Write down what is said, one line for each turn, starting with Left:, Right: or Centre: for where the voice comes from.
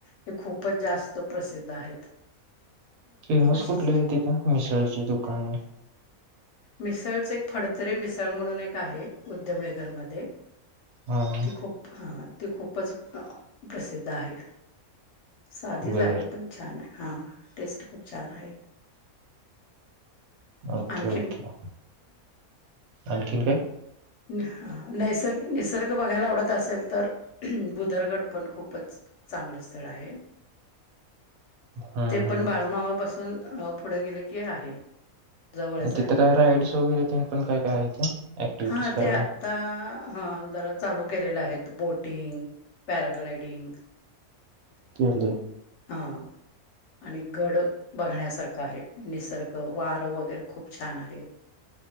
Left: हे खूपच जास्त प्रसिद्ध आहेत
Right: फेमस
Left: अशीच
Right: कुठले आहे तिथं मिसळचे दुकान आहे
Left: मिसळच एक फडतरी मिसळ म्हणून एक आहे उद्यमनगरमध्येध्ये
Right: हां, हां.
Left: ती खूप हा ती खूपच प्रसिद्ध आहे साधीच
Right: बरं.
Left: आहे पण छान आहे हा टेस्ट खूप छान आहे
Right: ओके,
Left: आण आणखीन
Right: ओके. आणखीन काय?
Left: ह नैसर्ग निसर्ग बघायला आवडत असेल तर बुदरगड पण खूप खूपच चांगलं स्थळ आहे
Right: हं,
Left: ते
Right: हं.
Left: पण बाळूमामापासून पुढे गेले की आहे जवळच
Right: तिथं
Left: आहे
Right: काय राईड्स वगैरे तेन पण काय काय आहे का? ऍक्टिव्हिटीज
Left: हा
Right: करायला?
Left: ते आता ह ज चालू केले आहेत बोटिंग पॅराग्लायडिंग
Right: तेले
Left: हा आणि गड बघण्यासारखं आहे निसर्ग वारं वगैरे खूप छान आहे